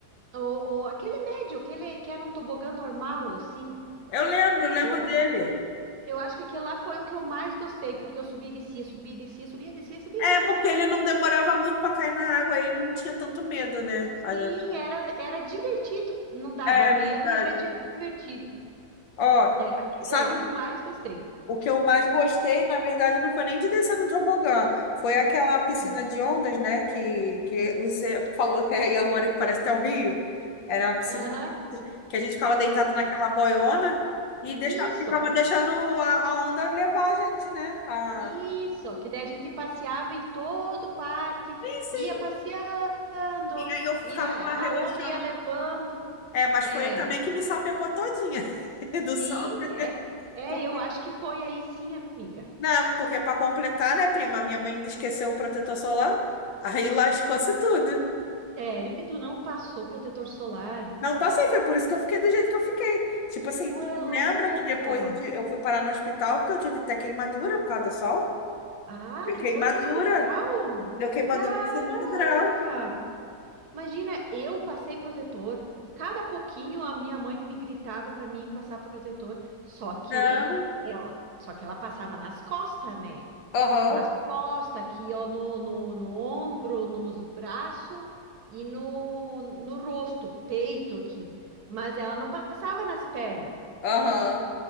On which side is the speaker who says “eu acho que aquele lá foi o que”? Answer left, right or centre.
Right